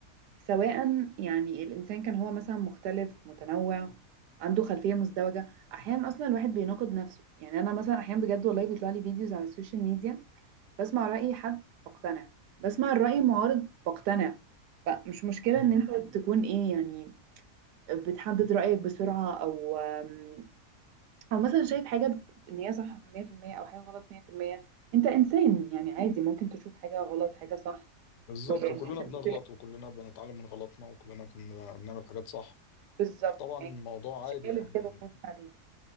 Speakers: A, on the right (about 80°); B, on the left (about 85°).
A: سواء يعني الانسان كان هو مثلا مختلف متنوع عنده خلفية مزدوجة احيانا اصلا الواحد بيناقض نفسه يعني انا مثلا احيانا بجد والله بيطلع لي فيديوز على السوشيال ميديا بسمع رأي حد بقتنع بسمع الرأي المعارض بقتنع فمش مشكلة
B: مم.
A: ان انت تكون ايه يعني بتحدد رأيك بسرعة او آم، او مثلا شايف حاجة ب- ان هي صح 100% او حاجة غلط 100% انت انسان يعني عادي ممكن تشوف حاجة غلط حاجة صح
B: بالظبط
A: والاختلاف
B: وكلنا بنغلط وكلنا بنتعلم من غلطنا وكلنا بن- بنعمل حاجات صح
A: بالظبط
B: طبعا
A: يعني
B: الموضوع
A: مش
B: عادي
A: قالب
B: يعني
A: كده تمشي عليه